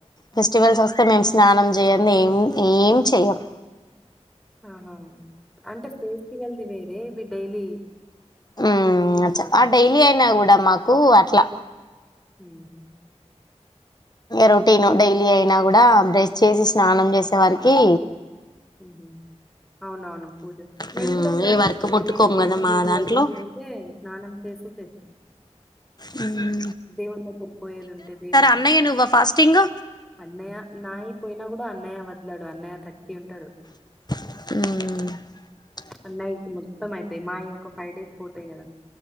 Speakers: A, on the left; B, in the centre.
A: ఫెస్టివల్స్ వస్తే మేము స్నానం జేయ్యనిది ఏం చేయం
B: ఆహా హ అంటే ఫేస్టి వెల్ది వేరే ఇది డైలీ
A: ఉమ్
B: డైలీది
A: అచ్చ
B: వేరే.
A: ఆ డైలీ అయినా కూడా మాకు అట్లా
B: హు
A: రొటీన్ డైలీ అయినా కూడా బ్రష్ చేసి స్నానం చేసే వారికి
B: హు అవునవును పూజ మేము
A: ఉమ్
B: కూడా ఏదన్నా
A: ఏ వర్క్
B: అట్లా
A: ముట్టుకోము
B: దేనికి
A: కదా
B: ముక్కది
A: మా దాంట్లో
B: అది ఇది ఉంటే స్నానం చే సే తింటాం
A: ఉ
B: దేవుని దగ్గరకి పోయేది ఉంటది
A: అన్నయ్య నువ్వా ఫాస్టింగ్
B: అన్నయ్య నాయి పోయినా కూడా అన్నయ్య వదులడు అన్నయ్య తర్టీ ఉంటాడు
A: హు
B: అన్నయ్య కి మొత్తం అయితాయి మాయ్ ఒక ఫైవ్ డేస్ పోతాయి కదా